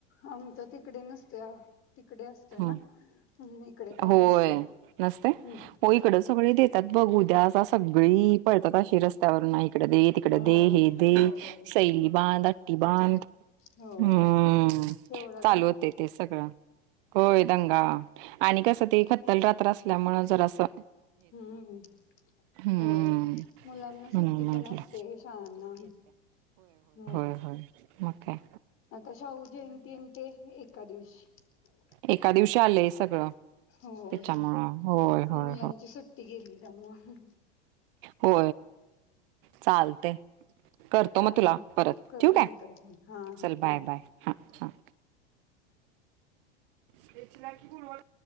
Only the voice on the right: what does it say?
हं.
होय.
नसते? हो इकडं सगळे देतात बघून सगळी पळतातशी रस्त्यावर नाही इकडे दे तिकडे
दे हे दे
सैली बा ही बांध
हम्म.
चालू होते ते सगळं होय दंगा आणि कसं ते खत्तल रात्र तमळजरसं
हम्म
म्हणून
म्हंटलं.
ह हो म का
एका दिवशी आलंय सगळं.
त्याच्यामुळं होय होय
हो चालते करतो
मग तुला परत
ठीक
आहे
चल
बाय
बाय हा हा ते की बूरवा